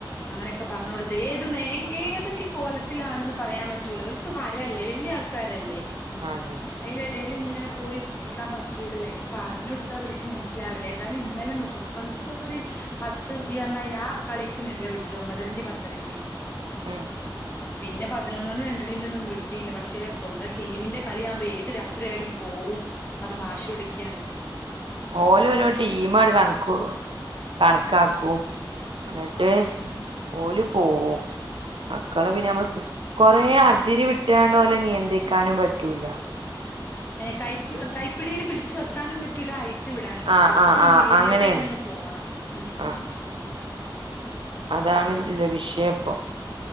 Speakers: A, on the left; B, on the right.
A: അങ്ങനെയൊക്കെ പറഞ്ഞ കൊടുത്തേ ത് നേ ഏതൊക്കെ കോലത്തിലാണെന്ന് പറയാൻ പറ്റൂലോ ഓൽക്ക് ഹര അല്ലേ വലിയ ആൾക്കാരല്ലേ.
B: അതന്നെ.
A: അയിലെടേല് ഇങ്ങനെ പോയി കുത്തിരിക്കാൻ പറ്റൂലല്ലോ ഇനി പറഞ്ഞു കൊടുത്ത അവലിക്ക് മനസ്സിലാവേണ്ടേ ഏതാലും ഇന്നലെ നിർബന്ധിച്ചപ്പോ ഒരു പത്ത് ഇറിഞ്ഞായി ആ കളിക്കും എല്ലാം വിട്ടു ഒമ്പതരന്റെയും പത്തരന്റേം.
B: ഉം
A: പിന്നെ പതിനൊന്ന മണി രണ്ടണിന്റെ ഒന്നും വിട്ടിയില്ല പക്ഷെ സ്വന്തം ടീമിന്റെ കളിയ ആവുമ്പോൾ ഏത് രാത്രിയാലും പോവും പറഞ്ഞ വാശി പിടക്കുകയാണ്.
B: ഓലും ഓരോ ടീം ആട് കണക്ക് കണ കാക്കും. എന്നിട്ട്
A: ഉം ഉം ഉം
B: ഓലു പോവും. മക്കളെ പിന്നെ നമ്മള് കൊറെേ അതിരി വിട്ടാണ്ട് പോലെ നിയന്ത്രിക്കാനും പറ്റൂല.
A: ഏ കൈപ് കൈപ്പിടിയിൽ പിടിച്ച് വെക്കാനും പറ്റൂല അയ് ച്ച് വിടാനും പറ്റൂല.
B: ആഹ് ആഹ്
A: ഒക്കെ ഒരു
B: ആഹ്
A: മീഡിയത്തില്
B: അങ്ങനെയാണ്
A: അങ്ങ് പോണം. ഉം, ഉം,
B: ആഹ്
A: ഉം.
B: അതാണ് ഇല്ല വിഷയപ്പൊ